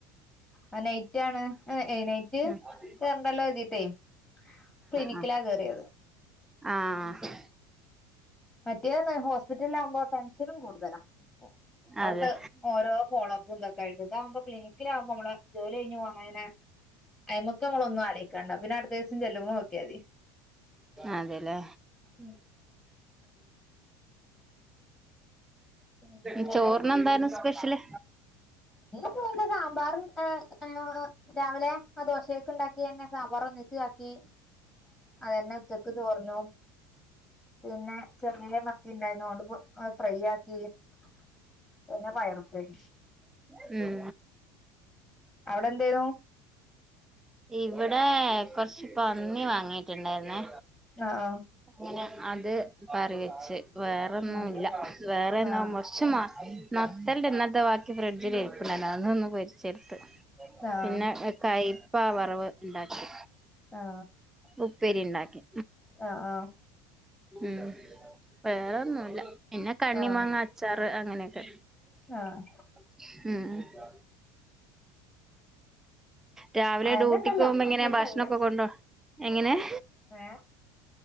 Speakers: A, on the left; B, in the centre.
A: ആ നൈറ്റ് ആണ് ഏ നൈറ്റ്
B: ആഹ്
A: കേറണ്ടല്ലോ എഴുതിട്ടേ ക്ലിനിക്കിലാ
B: ആഹ്
A: കേറിയത്
B: ആഹ്
A: മറ്റേ ന്നാ ഹോസ്പിറ്റലിലാകുമ്പോ ടെൻഷനും കൂടുതലാ അവിടുത്തെ
B: അതെ
A: ഓരോ ഫോളോ അപ്പ് എന്തൊക്കായിട്ട് ഇതാവുമ്പോ ക്ലിനിക്കിലാവുമ്പോ നമ്മള് ജോലി കഴിഞ്ഞ് പോന്നാ പിന്നെ അയ്മക്ക് നമ്മള് ഒന്നും ആറിയിക്കാണ്ട പിന്നെടുത്ത ദിവസം ചെല്ലുമ്പോ നോക്കിയ മതി
B: അതെല്ലേ
A: ഉം പിന്നെ എന്തൊക്കെ
B: <inaudible> ചോറിന് എന്താണ് സ്പെഷ്യല്
A: പോവുമ്പോ <unintelligible> സാമ്പാറും ഏ ഏ രാവിലെ ആ ദോശെക്ക് ഇണ്ടാക്കി എന്നെ സാമ്പാർ ഒന്നിച് ആക്കി അതനെ ഉച്ചക്ക് ചൊറിനും പിന്നെ ചെറിയ മത്തി ഇണ്ടായിനു അതുകൊണ്ട് അത് ഫ്രൈ ആക്കി പിന്നെ പയറുപ്പേരിം
B: ഉം
A: അവിടെ എന്തേനു
B: ഇവിടെ കൊറച്ച് പന്നി വാങ്ങിട്ടുണ്ടായിരുന്നെ
A: ആഹ് ആഹ്
B: അങ്ങനെ അത് കറിവെച്ച് വേറെന്നുല്ല
A: ആഹ്
B: വേറെന്തുമ്പോ
A: ആഹ്
B: കുറച്ച് നത്തൻ്റ ഇന്നലതെ ബക്കി ഫ്രിഡ്ജില് ഉണ്ടായിരുന്നു അതൊന്ന് പൊരിച്ചെടുത്ത്
A: ആഹ്
B: പിന്നെ കയ്പാ വറവ് ഉണ്ടാക്കി
A: ആഹ്
B: ഉപ്പേരിണ്ടാക്കി
A: ആഹ് ആഹ്
B: ഉം വേറെന്നുല്ല പിന്നെ കണ്ണി
A: ആഹ്
B: മാങ്ങ അച്ചാറ് അങ്ങനൊക്കെ
A: ആഹ്
B: ഉം രാവിലെ
A: അതന്നെ
B: ഡ്യൂട്ടിക്ക്
A: ഉണ്ടല്ലോ
B: പോകുമ്പോ എങ്ങനെയാ
A: അത്യാവശ്യമായില്ലേ
B: ഭക്ഷണക്കെ കൊണ്ടോ എങ്ങനെയാ
A: ഏഹ്